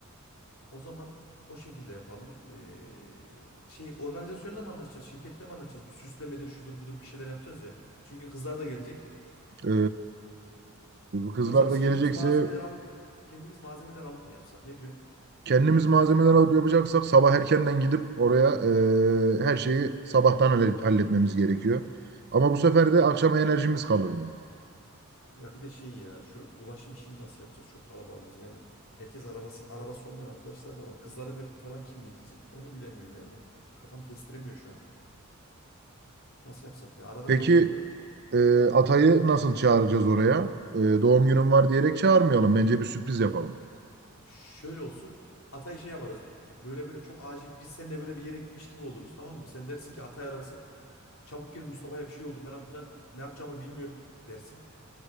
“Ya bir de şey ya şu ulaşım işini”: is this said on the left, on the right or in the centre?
Left